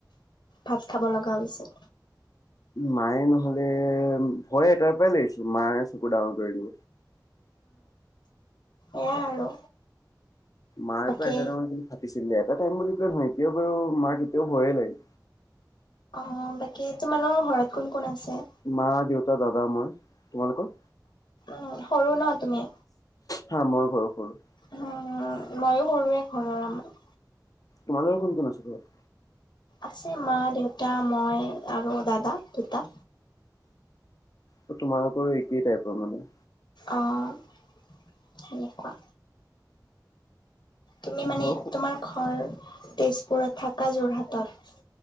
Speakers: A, on the left; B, on the left.
A: ভাত খাব লগা হৈ হৈছিল।
B: মায়ে নহলে- ভয় এটাৰ পৰাই লাগিছিল। মায়ে চকু ডাঙৰ কৰি দিব।
A: এয়া আৰু।
B: মাৰ
A: বাকী
B: পৰা এটা টাইমত কিন্তু ফাটিছিল দে। এটা টাইম বুলি পেলাই নহয়, এতিয়াও বাৰু মাক এতিয়াও ভয়ে লাগে।
A: অ', বাকী তোমালোকৰ ঘৰত কোন - কোন আছে?
B: মা, দেউতা, দাদা, মই। তোমালোকৰ?
A: উম, সৰু ন' তুমি?
B: হা, মই ঘৰৰ সৰু।
A: উম ময়ো সৰুৱে ঘৰৰ আমাৰ।
B: তোমালোকৰ কোন - কোন আছে ঘৰত?
A: আছে মা, দেউতা, মই আৰু দাদা দুটা।
B: অ', তোমালোকৰো একেই টাইপৰ মানে।
A: অ', সেনেকুৱা। তুমি মানে
B: ঘৰ
A: তোমাৰ ঘৰ তেজপুৰত, থাকা যোৰহাটত।